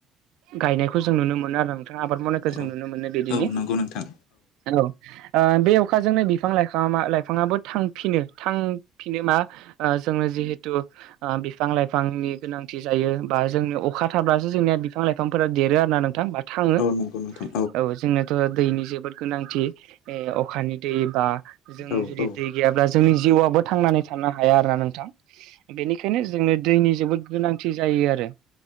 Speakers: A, on the right; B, on the left.
A: गायनाय खौ जों नुनो मोनो आरोना नोंथा। आबाद मावनायखो
B: औ
A: जों नुनो मोनो बिदिनो
B: औ नंगौ नोंथां
A: औ। ओ बे अखाजोंनो बिफां लाइफां मा लाइफाङाबो थांफिनो थांफिनो मा ओ जोंनो जिहेथु ओ बिफां लाइफांनि गोनांथि जायो। बा जोंनो अखा थाब्लासो जोंनिया बिफां लाइफांफोरा देरो आरो ना नोंथां बा थाङो।
B: औ नंगौ नोंथां
A: औ जोंनो थ' दैनि जोबोद गोनांथि ए अखानि दै बा जों
B: औ
A: जुदि
B: औ
A: दै गैयाब्ला जोंनि जिउआबो थांनानै थानो हाया आरोना नोंथां। बेनिखायनो जोंनो दैनि जोबोद गोनांथि जायो। ए आरो।